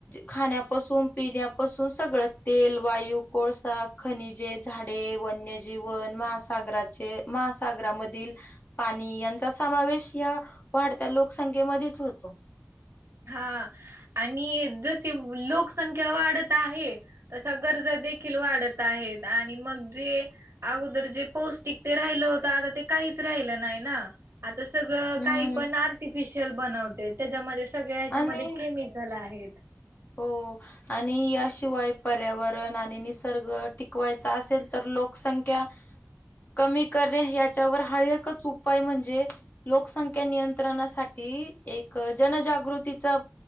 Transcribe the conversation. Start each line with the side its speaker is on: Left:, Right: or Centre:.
Left: खाण्यापासून पिण्यापासून सगळं तेल, वायू, कोळस खनिजे, झाडे, वन्यजीवन, महासागराचे महासागरा मधील पाणी चा समावेश या वाढत्या लोकसंख्येमध्येच होतो.
Right: हा आणि जशी लोकसंख्या वाढत आहे तशा गरजा देखील वाढत आहेत. आणि मग जे अगोदर जे पौष्टिक ते राहिलं होत आता ते काहीच राहिलं नाही ना. तर सगळं
Left: हम्म
Right: काही पण आर्टिफिशियल बनवते त्याच्यामध्ये सगळ्या ह्याच्यामध्ये
Left: आणि
Right: केमिकल आहे, <inaudible>
Left: हो आणि याशिवाय पर्यावरण आणि निसर्ग टिकवायचा असेल तर लोकसंख्या कमी करणे याच्यावर हा एकच उपाय म्हणजे लोकसंख्या नियंत्रणासाठी एक जनजागृतीचा